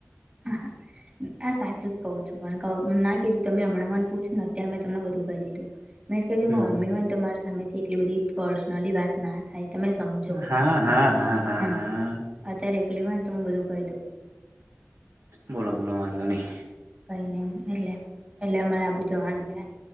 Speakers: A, on the right (about 25°); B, on the right (about 65°).
A: હા હા. હા સાચું જ કહું છું પણ ના કીધું તમે હમણાં ને પૂછું ને અત્યારે મેં તમને બધું કહી દીધું. મે એજ કેતી કે જો
B: હમ
A: મા મમ્મી હોય ને તો મારી સામેથી એટલી બધી પર્સનલી વાત ના થાય તમે સમજો
B: હા હા હા હા
A: હમ્મ
B: હા
A: અત્યારે એકલી હોય ને તો હું બધું કહી દઉં.
B: બોલો બોલો વાંધો નઈ.
A: કંઈ નહીં એટલે એટલે અમારે આબુ જવાનું છે